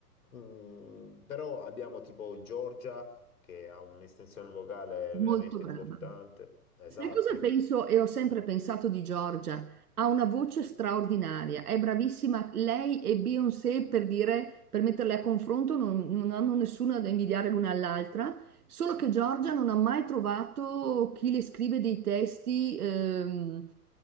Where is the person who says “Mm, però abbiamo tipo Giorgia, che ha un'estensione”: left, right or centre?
Left